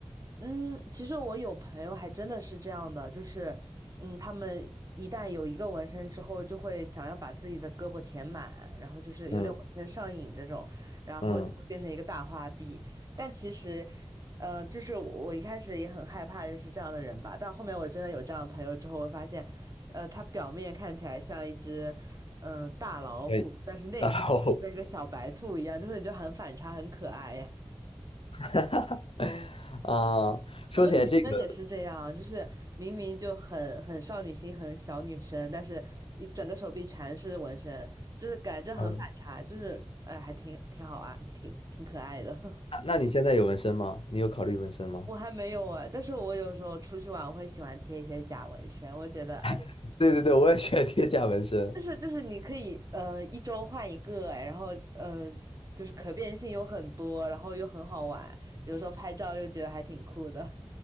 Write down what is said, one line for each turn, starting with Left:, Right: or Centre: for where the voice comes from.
Right: 嗯，其实我有朋友还真的是这样的，就是，嗯，他们一旦有一个纹身之后，就会想要把自己的胳膊填满，然后就是有点纹身上瘾这种，
Left: 嗯
Right: 然后就会变成一个大花臂。
Left: 嗯，
Right: 但其实，呃，就是我一开始也很害怕认识这样的人吧，但后面我真的有这样的朋友之后，我发现，呃，他表面看起来像一只，嗯、大老虎，
Left: 可以，
Right: 但是内心跟个小白兔一样，
Left: <laughs> 大后。
Right: 就是你就很反差，很可爱。
Left: <laughs> 哈哈啊，说起来这个，
Right: 很多女生也是这样，就是明明就很很少女心、很小女生，但是一整个手臂全是纹身，就是感觉很反差，
Left: 嗯，
Right: 就是哎，还挺挺好玩，挺挺可爱的。
Left: 那那你现在有纹身吗？你有考虑纹身吗？
Right: <laughs> 我还没有哎，但是我有时候出去玩，我会喜欢贴一些假纹身，我觉得哎，
Left: <laughs> 对对对，我也喜欢贴假纹身。
Right: 就是就是你可以嗯一周换一个哎，然后嗯、呃就是可变性有很多，然后又很好玩，有时候拍照又觉得还挺酷的。